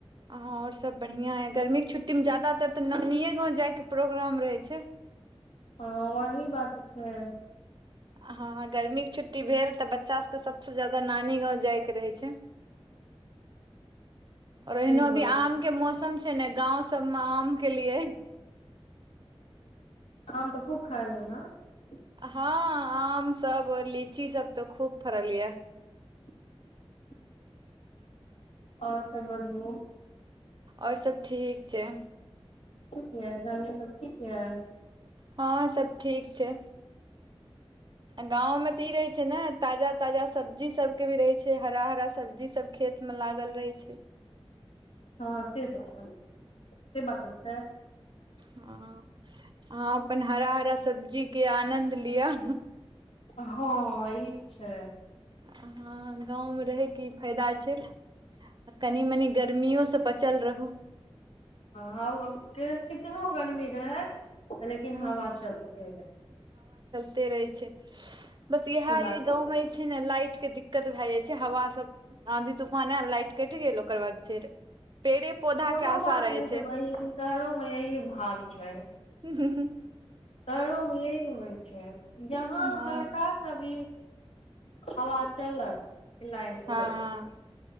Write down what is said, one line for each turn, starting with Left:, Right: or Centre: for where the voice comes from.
Right: हँ और सब बढ़ियां ए गर्मी के छुट्टी मे ज्यदातर तऽ नानिए गांव जाय के प्रोग्राम रहै छै
Left: हँ ओही बात तऽ छै
Right: हँ गर्मीेक छुट्टी छुट्टी भेल तऽ बच्चा सबके सबसँ ज्यादा नानी गाँव जायके रहै छै
Left: सही
Right: ओर एहिनो
Left: बोलै
Right: अभी आम
Left: छी
Right: के मौसम छै ने गाँंव सबमे आम के लिए
Left: आम तऽ खूब खायोलौं न
Right: हँ आमसभ आओर लीचीसभ तऽ खूब फड़ल ये
Left: <inaudible> आओर सभ बतबू
Right: आओर सब ठीक छै
Left: ठीक यै गानियो सब ठीक यै
Right: हँ सभ ठीक छै गाँंवमे तऽ ई रहे छै ने ताजा ताजा सब्जी सबके भी रहे छै हरा हरा सब्जी सब खेत खेतमे लागल रहै छै
Left: हँ से त छै से बात त' छै
Right: हँ हँ अपन हरा हरा सब्जीके आनन्द लिअ
Left: हँ ई छै
Right: हँ गाँवमे रहयके ई फायदा छै आ कनि मनी गर्मियोसँ बचल रहू
Left: ह त कितनो ग रमी रहत लेकिन
Right: ह
Left: हवा चलते रहत
Right: ते रहै छै बस इएह
Left: ई
Right: य
Left: बात
Right: गाँव मे जे छै ने लाइट के दिक्कत भए जाय छै हवा सब आँधी तूफान आएल लाइट कटि गेल ओकर बाद फेर पेड़े पौधा
Left: कोनो
Right: के आशा
Left: बात
Right: रहै
Left: नहि छै बहिन शहरोमे यही भाग छै
Right: हुंहुंहुं
Left: शहरो मे यही होइ छै जहाँ
Right: हँ
Left: हल्का सा भी हवा चलत लाइन
Right: हँ
Left: उड़त
Right: ह